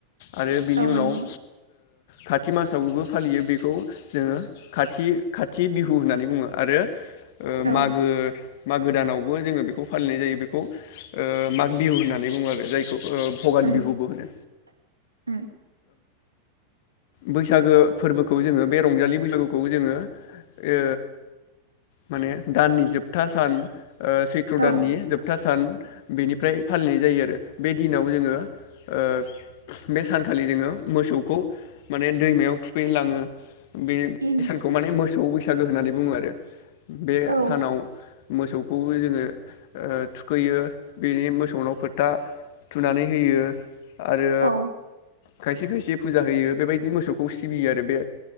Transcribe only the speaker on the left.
आरो बिनि
उनाव ओ खाथि मासावबो फालियो बेखौ जोंङो खाथि खाथि बिहु होननानै बुंङो आरो ओ
मागो मागो गोदानावबो जोंङो बेखौ फालिनाय जायो बेखौ माग बिहु होननानै बुंङो। जायखौ ओ भगालि
बिहुबो होनो।
बैसागो फोरबोखौ जोंङो बे रंजालि बैसागुखौ जोंङो ओ माने दाननि जोबथा सान ओ सैत्र'
दाननि जोबथा सान बेनिफ्राय फालिनाय जायो आरो बे दिनाव जोङो ओ बे सानखालि जोङो मोसौखौ माने दैमायाव थुखैनो लाङो। बे
सानखौ माने मोसौ बैसागो होनानै बुङो आरो। बे
सानाव मोसौखौ जोङो ओ थुखैयो बेनि मोसौनाव फो था थुनानै होयो। आरो
खायसे खायसे फुजा होयो बेबायदि मोसौखौ सिबियो आरो बे